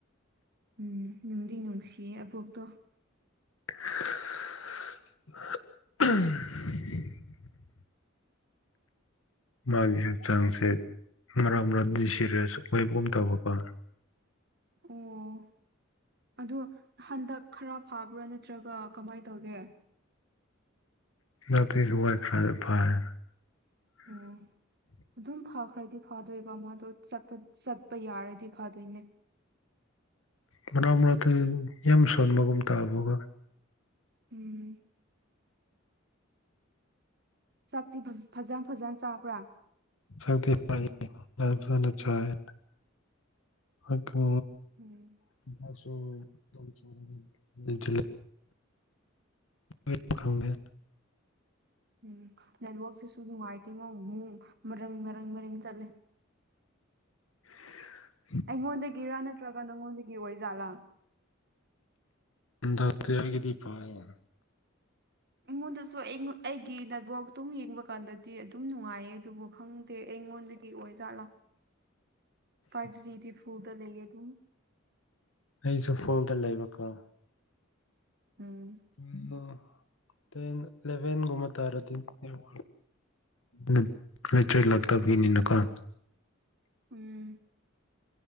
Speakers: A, on the right; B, on the left.
A: ꯎꯝ ꯅꯨꯡꯗꯤ ꯅꯨꯡꯁꯤꯌꯦ ꯑꯕꯣꯛꯇꯣ
B: <unintelligible> ꯃꯥꯒꯤ ꯍꯛꯆꯥꯡꯁꯦ ꯃꯔꯛ ꯃꯔꯡ ꯗꯤꯁꯦꯔꯤꯌ꯭ꯁ ꯑꯣꯏꯕꯒꯨꯝ ꯇꯧꯕꯀꯣ
A: ꯑꯣ ꯑꯗꯨ ꯍꯟꯗꯛ ꯈꯔ ꯐꯕ꯭ꯔꯥ ꯅꯠꯇ꯭ꯔꯒ ꯀꯃꯥꯏ‌ ꯇꯧꯒꯦ
B: ꯅꯠꯇꯤꯖꯨ ꯋꯥꯏꯐꯔ ꯐꯥꯔꯦ
A: ꯑꯣ
B: <inaudible>
A: ꯑꯗꯨꯝ ꯐꯈ꯭ꯔꯗꯤ ꯐꯗꯣꯏꯕ ꯃꯥꯗꯣ ꯆꯠꯄ ꯆꯠꯄ ꯌꯥꯔꯗꯤ ꯐꯗꯣꯏꯅꯦ
B: ꯃꯔꯥꯛ ꯃꯔꯛꯇ ꯌꯥꯝ ꯁꯣꯟꯕꯒꯨꯝ ꯇꯧꯕꯒꯣ
A: ꯎꯝ ꯆꯥꯛꯇꯤ ꯐ꯭ꯖ ꯐꯖ ꯐꯖꯅ ꯆꯥꯕ꯭ꯔꯥ
B: ꯆꯥꯗꯦ ꯐꯖ ꯐꯖꯅ ꯆꯥꯔꯦ ꯑꯗꯣ
A: ꯎꯝ
B: <unintelligible> ꯀꯔꯤꯅꯣ ꯈꯪꯗꯦ
A: ꯎꯝ ꯅꯦꯠꯋꯥꯛꯁꯤꯁꯨ ꯅꯨꯡꯉꯥꯏꯇꯦꯉꯣ ꯑꯃꯨꯡ ꯃꯔꯪ ꯃꯔꯪ ꯃꯔꯦꯡ ꯆꯠꯂꯦ
B: <inaudible>
A: ꯑꯩꯉꯣꯟꯗꯒꯤꯔꯥ ꯅꯠꯇ꯭ꯔꯒ ꯅꯪꯉꯣꯟꯗꯒꯤ ꯑꯣꯏꯖꯥꯠꯂꯥ
B: ꯏꯟꯗꯛꯇꯤ ꯑꯩꯒꯤꯗꯤ ꯐꯩꯌꯦ
A: ꯑꯩꯉꯣꯟꯗꯁꯨ ꯑꯩꯉꯣꯟ ꯑꯩꯒꯤ ꯅꯦꯠꯚꯣꯛꯇꯨꯝ ꯌꯦꯡꯕ ꯀꯥꯟꯗꯗꯤ ꯑꯗꯨꯝ ꯅꯨꯡꯉꯥꯏꯌꯦ ꯑꯗꯨꯕꯨ ꯈꯪꯗꯦ ꯑꯩꯉꯣꯟꯗꯒꯤ ꯒꯤ ꯑꯣꯏꯖꯥꯠꯂꯥ
B: <inaudible>
A: ꯐꯥꯏꯚ ꯖꯤ ꯗꯤ ꯐꯨꯜꯗ ꯂꯩꯌꯦ ꯑꯗꯨꯝ
B: ꯑꯩꯁꯨ ꯐꯨꯜꯗ ꯂꯩꯕꯀꯣ
A: ꯎꯝ
B: ꯎꯝꯃ ꯇꯦꯟ ꯏꯂꯚꯦꯟꯒꯨꯝꯃ ꯇꯥꯔꯗꯤ ꯅꯦꯠꯋꯥꯛ ꯂꯟ ꯂꯩꯇ꯭ꯔꯦꯂꯛꯇꯕꯤꯅꯤꯅꯀꯣ
A: ꯎꯝ